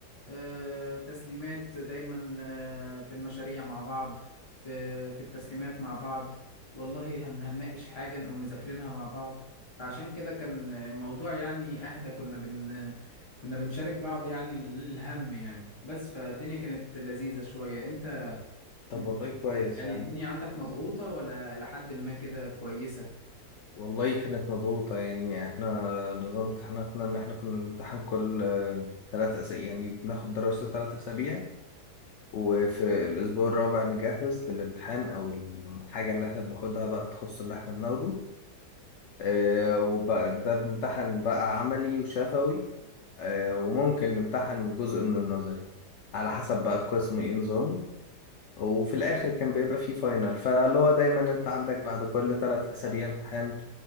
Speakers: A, on the left; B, on the left.
A: آه، تسليمات دايما آه، في المشاريع مع بعض في في التسليمات مع بعض والله هن هنناقش حاجه نقوم مذاكرينها مع بعض فعشان كده كان الموضوع يعني اهدى كنا بن كنا بنشارك بعض يعني ال- الهم يعني بس فالدنيا كانت لذيذه شويه انت
B: طب
A: انت
B: والله
A: كنت
B: كويس
A: يعني
B: يا
A: الدنيا
B: عم
A: عندك مضغوطة ولا إلى حد ما كده كويسة؟
B: والله كانت مضغوطة يعني احنا نظام امتحاناتنا ان احنا كنا بنمتحن كل ثلاث اسابيع يعني بناخد دراسة ثلاث اسابيع وفي الاسبوع الرابع نجهز للامتحان او الحاجة اللي احنا بناخدها بقى التخصص اللي احنا بناخده آه، وبقى ده بنمتحن بقى عملي وشفوي آه، وممكن نمتحن جزء من النظري على
A: هو
B: حسب بقى القسم ايه نظامه وفي الاخر كان بيبقى فيه فاينل فاللي هو دايما انت عندك بعد كل ثلاث اسابيع امتحان